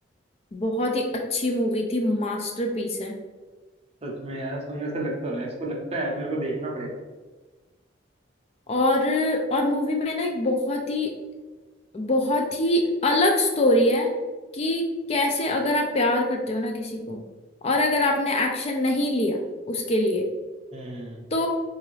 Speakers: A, on the left (about 30°); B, on the right (about 30°).
A: बहुत ही अच्छी मूवी थी मास्टरपीस है
B: सच में यार सुनने से लग तो रहा है इसको लगता है मेरे को देखना पड़ेगा
A: और और मूवी में ना एक बहुत ही बहुत ही अलग स्टोरी है कि कैसे अगर आप प्यार करते हो ना किसी को और अगर आपने एक्शन नहीं लिया उसके लिए
B: हम्म
A: तो